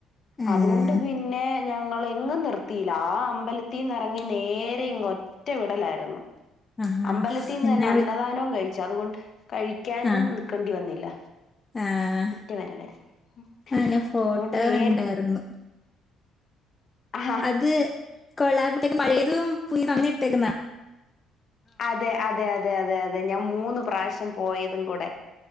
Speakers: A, on the left; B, on the left.
A: ഏഹ്.
B: അതുകൊണ്ട് പിന്നെ ഞങ്ങൾ എങ്ങും നിർത്തിയില്ല ആ അമ്പലത്തിന്ന ഇറങ്ങി നേരെ ഇങ്ങ ഒറ്റ വിടലായിരുന്നു
A: ആഹാ.
B: അമ്പലത്തിൽ നിന്ന്
A: എന്നാ
B: തന്നെ അന്നദാനവും
A: പറ്റി
B: കഴിച്ചു അതുകൊണ്ട് കഴിക്കാനും
A: ആഹ്.
B: നിക്കേണ്ടി വ
A: ആഹ്.
B: ഒറ്റേ വരെ വരെ <inaudible>
A: ആ ഞാൻ ഫോട്ടോ
B: അതുകൊണ്ട് നേരത്തെ
A: കണ്ടായിരുന്നു.
B: ആ
A: അത് കൊള്ള <unintelligible> പഴയതും പുതിയതും അങ്ങനെ ഇട്ടേക്കുന്നെ
B: അതെ അതെ അതെ അതെ അതെ അതെ ഞാൻ മൂന്ന് പ്രാവശ്യം പോയതും കൂടെ